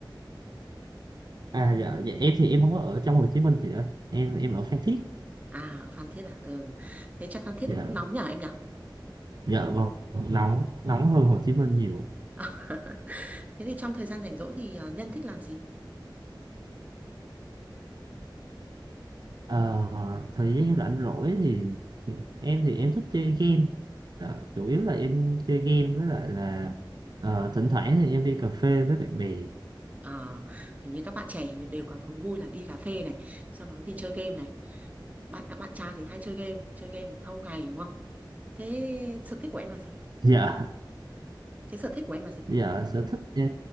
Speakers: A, on the right; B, on the right.
A: À dạ, dạ em thì em không có ở trong Hồ Chí Minh chị ơi, em em ở Phan Thiết,
B: À, ở Phan Thiết à? Ừ. Thế chắc Phan Thiết
A: dạ,
B: thì cũng nóng nhở em nhở?
A: dạ vâng, nóng, nóng hơn Hồ Chí Minh nhiều.
B: <laughs> Thế thì trong thời gian rảnh rỗi thì ờ, Nhân thích làm gì?
A: À, thời gian rảnh rỗi thì, thì em thì em thích chơi game, dạ, chủ yếu là em chơi game với lại là ờ, thỉnh thoảng thì em đi cà phê với bạn bè,
B: Ờ, hình như các bạn trẻ hình như đều có thú vui là đi cà phê này, sau đó thì chơi game này. Bạn các bạn trai thì hay chơi game, chơi game mà thâu ngày đúng không? Thế sở thích của em là gì?
A: dạ,
B: Thế sở thích của em là gì?
A: dạ sở thích, ờ,